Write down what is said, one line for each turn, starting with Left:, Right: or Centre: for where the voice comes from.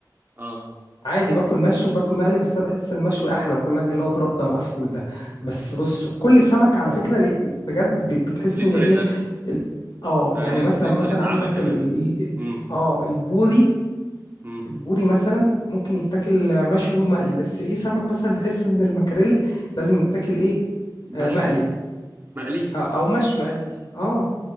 Right: اه
Left: عادي باكل مشوي وباكل مقلي بس انا بحس المشوي احلى وكل حاجه اللي هو برده مقفول ده بس بص كل سمك على فكره ليه- بجد ب- بتحس
Right: ليه
Left: ان
Right: طريقه
Left: ايه
Right: اكل
Left: ال- اه
Right: آه
Left: يعني
Right: ليه
Left: مثلا
Right: ليه
Left: مثلا
Right: طريقه
Left: عندك
Right: عمل كمان
Left: ال...
Right: امم
Left: اه البوري
Right: امم
Left: البوري مثلا ممكن يتاكل مشوي ومقلي بس في سمك مثلا بحس ان المكاريل لازم يتاكل ايه آه
Right: مشوي
Left: مقلي
Right: مقلي
Left: أو, او مشوي عادي اه